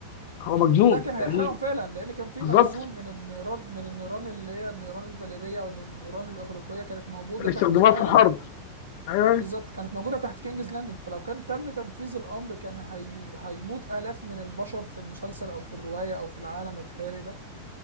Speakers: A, on the left; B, on the right.
A: هو مجنون
B: وده كان هيحرقهم
A: يعني
B: فعلا لان كان في
A: بالظبط
B: مخزون من النيران من النيران اللي هي النيران الفاليريه او النيران الاغريقيه كانت موجوده
A: اللي
B: تحت
A: استخدموها
B: فعلا
A: في الحرب ايوه أيوة،
B: بالظبط كانت موجوده تحت كينجز لاندنج فلو كان تم تنفيذ الامر كان هي... هيموت الاف من البشر في المسلسل او في الروايه او في العالم الخيالي ده